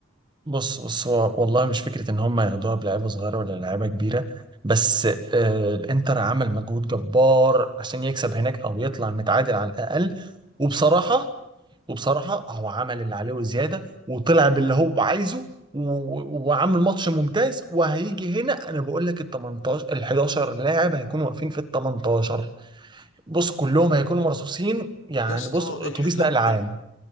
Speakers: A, on the right (about 20°); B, on the left (about 65°).
A: بص بص هو والله مش فكرة إن هم ياخدوها بلعيبة صغيرة ولا لعيبة كبيرة بس آه الإنتر عمل مجهود جبار عشان يكسب هناك أو يطلع متعادل على الأقل وبصراحة وبصراحة هو عمل اللي عليه وزيادة وطلع باللي هو عايزه و- وعامل ماتش ممتاز وهيجي هنا أنا بقول لك ال 18 ال 11 لاعب هيكونوا واقفين في ال 18 بص كلهم هيكونوا مرصوصين يعني
B: يا اسطى
A: بص أتوبيس
B: الحدا-
A: نقل عام